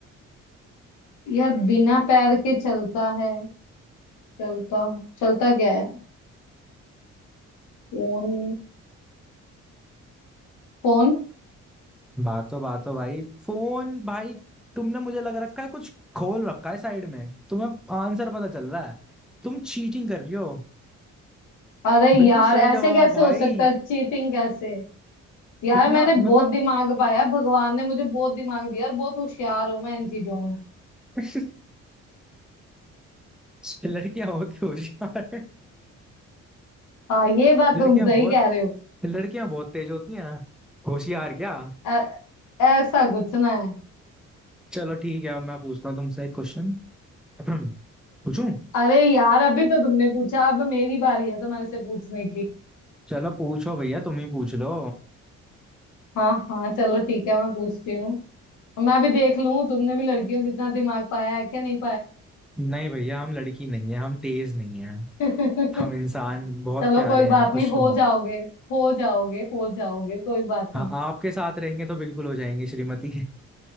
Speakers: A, on the left; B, in the centre.
A: यार बिना पैर के चलता है चलता चलता क्या है फोन फोन
B: बातो बातो भाई फोन भाई तुमने मुझे लग रखा है कुछ खोल रखा है साइड में तुम्हें आंसर पता चल रहा है तुम चीटिंग कर रही हो
A: अरे
B: बिल्कुल
A: यार
B: सही
A: ऐसे
B: जवाब
A: कैसे
B: भाई
A: हो सकता है चीटिंग कैसे यार
B: इतना
A: मैंने
B: मतलब
A: बहुत दिमाग पाया भगवान ने मुझे बहुत दिमाग दिया और बहुत होशियार हूं मैं इन चीजों में
B: <laughs> लड़कियां होती होशियार हैं।
A: हाँ ये बात
B: लड़कियां
A: तुम सही
B: बहुत
A: कह रहे हो
B: लड़कियां बहुत तेज होती हैं होशियार क्या
A: ऐ- ऐसा कुछ ना है
B: चलो ठीक है अब मैं पूछता हूँ तुमसे एक क्वेश्चन <clears throat> पूछूं
A: अरे यार अभी तो तुमने पूछा अब मेरी बारी है तुम्हारे से पूछने की
B: चलो पूछो भैया तुम ही पूछ लो
A: हाँ हाँ चलो ठीक है मैं पूछती हूँ मैं अभी देख लूं तुमने भी लड़कियों जितना दिमाग पाया है कि नहीं
B: नहीं भैया हम लड़की नहीं है हम तेज नहीं है
A: पाया
B: हम
A: <laughs>
B: इंसान बहुत
A: चलो
B: प्यारे
A: कोई
B: हैं
A: बात
B: खुश
A: नहीं हो जाओगे हो जाओगे हो जाओगे कोई बात
B: हाँ
A: नहीं
B: आपके साथ रहेंगे तो बिल्कुल हो जाएंगे श्रीमती